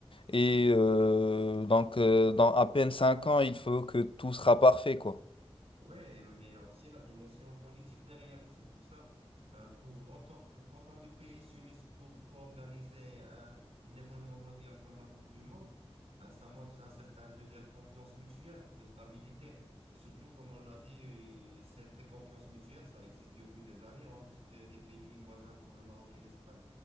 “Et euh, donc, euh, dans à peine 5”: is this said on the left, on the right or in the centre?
Left